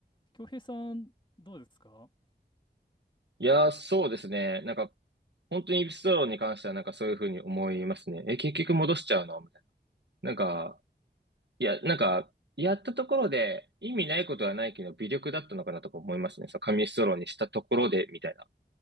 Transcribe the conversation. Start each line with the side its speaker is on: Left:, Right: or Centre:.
Left: 恭平さんどうですか
Right: いやー、そうですね。なんか、本当にエピソードに関してはなんかそういうふうに思いますね。え、結局戻しちゃうのみたいな。なんか、いや、なんか、やったところで意味ないことはないけど、微力だったのかなとか思いますね。その紙ストローにしたところで、みたいな。